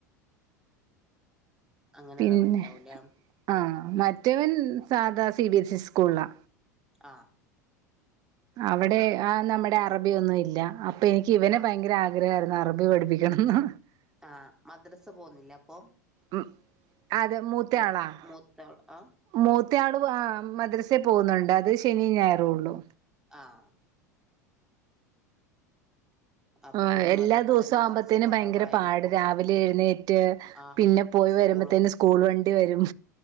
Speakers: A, in the centre; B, on the right.
A: അങ്ങനെയുള്ള
B: പിന്നെ
A: വണ്ടിയാവൂലേ
B: ആഹ് മറ്റേവൻ സാധാ സി ബിഎസ് ഇ സ്കൂളിലാ
A: ആഹ്
B: അവിടെ ആഹ് നമ്മുടെ അറബിയൊന്നും ഇല്ല അപ്പൊ എനിക്ക് ഇവനെ
A: ആഹ്
B: ഭയങ്കര ആഗ്രഹമായിരുന്നു അറബി പഠിപ്പിക്കണന്ന്
A: ആഹ് മദ്രസ പോന്നില്ല അപ്പൊ
B: ഉം അതെ മൂത്തയാളാണ്
A: വൽ മൂത്ത ആഹ്
B: മൂത്തയാള് വ മദ്രസ പോകുന്നുണ്ട് അത് ശനിയും ഞായറും ഉള്ളൂ.
A: ആഹ് അപ്പൊ
B: ആഹ്
A: പിന്നെ
B: എല്ലാ
A: മത പഠനം
B: ദിവസമാകുമ്പത്തേന്
A: കുറച്ച് കുറവായിരിക്കും
B: ഭയങ്കര പാട് രാവിലെ എഴുന്നേറ്റ്
A: ആഹ്
B: പിന്നെ പോയി.
A: സ്കൂളും
B: വരുമ്പോത്തേന് സ്കൂൾ വണ്ടി വരും